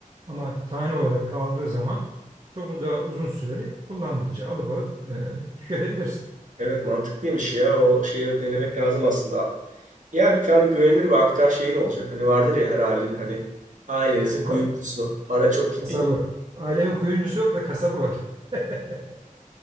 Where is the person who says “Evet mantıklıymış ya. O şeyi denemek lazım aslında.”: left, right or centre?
Right